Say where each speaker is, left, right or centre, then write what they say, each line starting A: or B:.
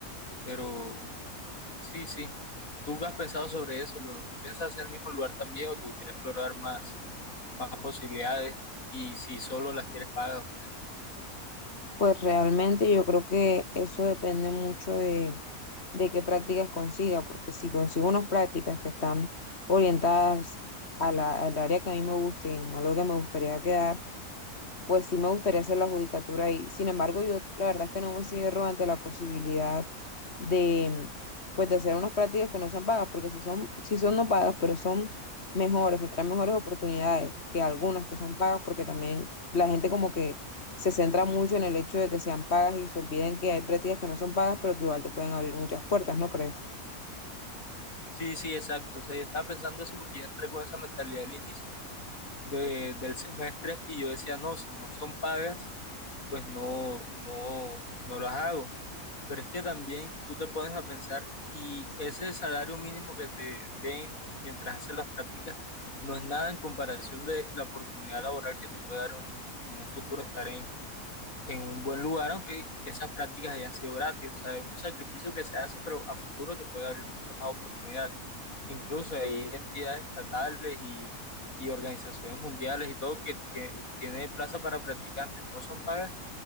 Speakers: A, on the left; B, on the left.
A: pero Sí, sí. ¿Tú qué has pensado sobre eso? ¿Lo piensas hacer en el mismo lugar también o te gustaría explorar más, más posibilidades? Y si solo las quieres pagas o qué.
B: Pues realmente yo creo que eso depende mucho de, de qué prácticas consiga, porque si consigo unas prácticas que están orientadas a la, al área que a mí me gusten, a lo que me gustaría quedar, pues sí me gustaría hacer la judicatura ahí. Sin embargo, yo la verdad es que no me cierro ante la posibilidad de, pues, de hacer unas prácticas que no sean pagas, porque si son, si son no pagas, pero son mejores, me traen mejores oportunidades que algunas que son pagas, porque también la gente como que se centra mucho en el hecho de que sean pagas y se olviden que hay prácticas que no son pagas, pero que igual te pueden abrir muchas puertas, ¿no crees?
A: Sí, sí, exacto. O sea, yo estaba pensando eso porque yo entré con esa mentalidad al inicio de- del semestre y yo decía, no, si no son pagas, pues no, no, no las hago. Pero es que también tú te pones a pensar y ese salario mínimo que te den mientras haces las prácticas no es nada en comparación de la oportunidad laboral que te puede dar un, en un futuro estar en, en un buen lugar, aunque esas prácticas hayan sido gratis. O sea, es un sacrificio que se hace, pero a futuro te puede abrir muchas más oportunidades. Incluso hay entidades estatales y, y organizaciones mundiales y todo que tie- tiene plaza para practicantes. No son pagas